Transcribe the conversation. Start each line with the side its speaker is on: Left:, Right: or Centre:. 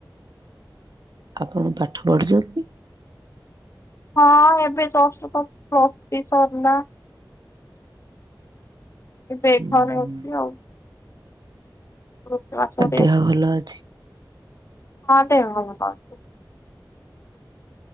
Right: ଆପଣ ପାଠ ପଢ଼ୁଚନ୍ତି?
Left: ହଁ ଏବେ ଜିଷ୍ଟ ତ ପ୍ଲସ୍ ଥ୍ରି ସରିଲା। ଏବେ
Right: ଉଁ
Left: ଘରେ
Right: ହୁଁ
Left: ଅଛି ଆଉ। ହଁ
Right: ଆଉ ଦେହ ଭଲ ଅଛି
Left: ଦେହ ଭଲ ଅଛି।